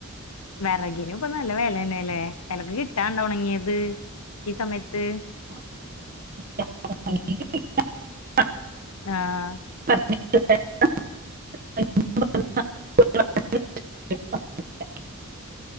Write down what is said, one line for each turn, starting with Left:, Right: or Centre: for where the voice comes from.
Left: വെറകിനും ഇപ്പൊ നല്ല വെലന്നെല്ലേ. വെലക്ക് കിട്ടാണ്ടോ ഒണങ്ങിയത് ഈ സമയത്ത്.
Right: <unintelligible>
Left: ആഹ്
Right: <unintelligible> <unintelligible>